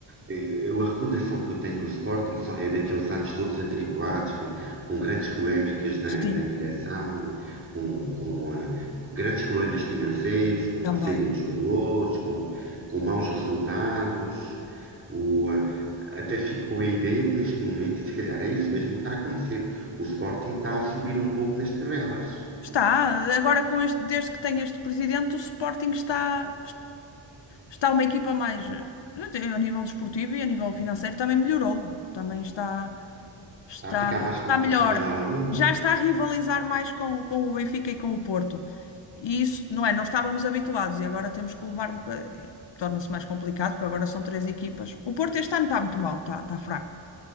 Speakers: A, on the right; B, on the left.
A: eh, eu- a recordação que eu tenho do Sporting são- é daqueles anos todos atribulados, que- com grandes polémicas na,
B: Sim,
A: na direção, com, com, eh, grandes problemas financeiros, com
B: também.
A: a saída de jogadores, com, com maus resultados. O, eh, até ficou a ideia que neste momento, e se calhar é isso mesmo que está a acontecer, o Sporting está a subir um pouco nas tabelas,
B: Está, agora com este, desde que tem este presidente, o Sporting está, está uma equipa mais, eh, a nível desportivo e a nível financeiro também melhorou, também está, está,
A: está a ficar mais
B: está
A: competitiva
B: melhor,
A: novamente.
B: já está a rivalizar mais com, com o Benfica e com o Porto. E isso, não é? Não estávamos habituados e agora temos que levar um bocadinho. Torna-se mais complicado, porque agora são três equipas. O Porto este ano está muito mal, está, está fraco.